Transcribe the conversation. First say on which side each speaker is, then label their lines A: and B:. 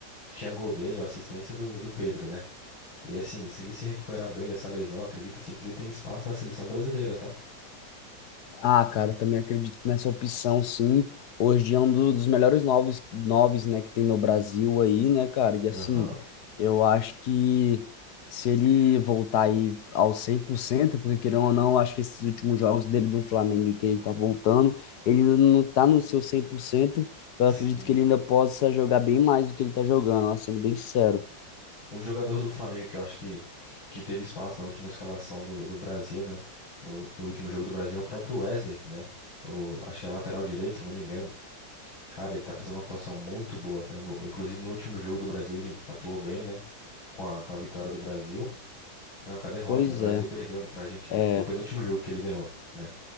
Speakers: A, on the left; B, on the left.
A: tinha gol dele ou assistência do, do Pedro, né? E assim, se ele se recuperar bem dessa lesão, acredito sim que ele tem espaço na seleção brasileira, tá?
B: Ah, cara, também acredito nessa opção, sim. Hoje é um do- dos melhores noves, noves, né, que tem no Brasil aí, né, cara? E assim,
A: Aham.
B: eu acho que se ele voltar aí ao 100%, porque querendo ou não, acho que esses últimos jogos dele do Flamengo, que ele tá voltando, ele ainda não tá no seu 100%. eu
A: Sim.
B: acredito que ele ainda possa jogar bem mais do que ele tá jogando, ó, sendo bem sincero.
A: Um jogador do Flamengo que eu acho que, que, que teve espaço na última escalação do, do Brasil, né? No, no último jogo do Brasil é o próprio Wesley, né? O, acho que é lateral direito, se eu não me engano. Cara, ele tá fazendo uma atuação muito boa, tá? No- inclusive no último jogo do Brasil ele atuou bem, né? Com a, com a vitória do Brasil. Não, com a derrota,
B: Pois
A: né? O Brasil
B: é,
A: perdeu pra Argentina.
B: é,
A: Foi o penúltimo jogo que ele ganhou, né?